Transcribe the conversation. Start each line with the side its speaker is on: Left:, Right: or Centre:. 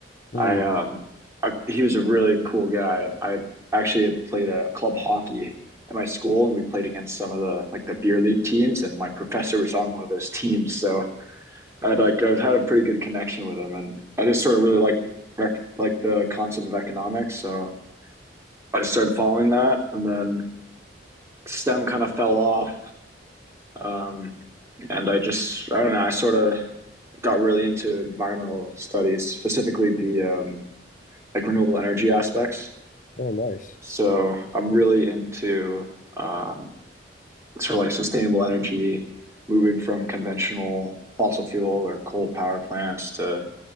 Left: Hmm.
Right: I um I, he was a really cool guy, and I actually had played a club hockey at my school, and we played against some of the like the beer league teams, and my professor was on one of those teams, so I'd like I had a pretty good connection with him, and I just sort of really like rec- like the concept of economics, so I started following that, and then STEM kind of fell off. Um, and I just, I don't know, I sort of got really into environmental studies, specifically the um, like renewable energy aspects
Left: Oh, nice.
Right: So I'm really into um, sort of like sustainable energy, moving from conventional fossil fuel or coal power plants to